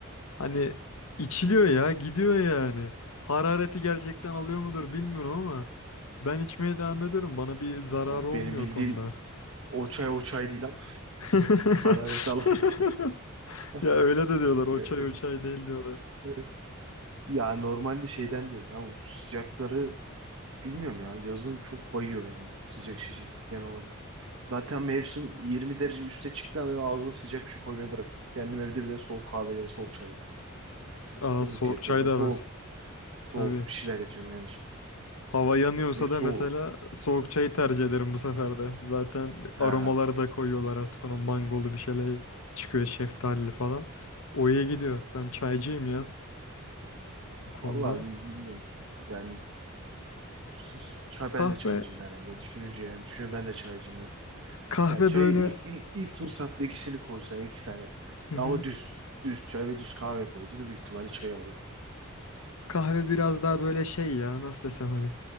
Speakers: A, on the left; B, on the right.
A: hani içiliyor ya gidiyor yani harareti gerçekten alıyor mudur bilmiyorum ama ben içmeye devam ediyorum bana bir zararı
B: Ama
A: olmuyor
B: Benim bildiğim
A: o konuda.
B: o çay o çay değil ama
A: <laughs>
B: <laughs> hararet alan. <laughs>
A: Ya öyle de diyorlar o
B: Ya,
A: çay
B: e,
A: o çay değil diyorlar.
B: e, e. Ya normalde şeyden diyorum ya bu sıcakları bilmiyorum ya yazın çok bayıyor beni sıcak şişik genel olarak. Zaten mevsim 20 derece üstüne çıktığında anda ben ağzıma sıcak bir şey koymayı bırakıyorum. Kendim evde bile soğuk kahve ya da soğuk çay yapıyorum.
A: Aa
B: Smoothie
A: soğuk
B: yapıyorum.
A: çay
B: Böyle
A: da
B: soğuk
A: var
B: soğuk
A: tabii.
B: bir şeyler yapıyorum yani
A: Hava yanıyorsa
B: direkt
A: da
B: soğuk.
A: mesela soğuk çayı tercih ederim bu sefer de. Zaten
B: Ha
A: aromaları da koyuyorlar artık ona mangolu bir şeyler çıkıyor şeftalili falan. O iyi gidiyor. Ben çaycıyım ya bu konuda.
B: vallahi bi- bilmiyorum. Yani s- s- çay ben
A: Kahve
B: de çaycıyım herhalde. Düşününce yani düşünüyorum ben de çaycıyım evet.
A: kahve
B: Yani çayı
A: böyle
B: ilk, ilk, ilk fırsatta ikisini koysan iki tane.
A: hı hı.
B: Ama düz. Düz çay ve düz kahve koyduğunda büyük ihtimalle çayı alırım.
A: Kahve biraz daha böyle şey ya nasıl desem hani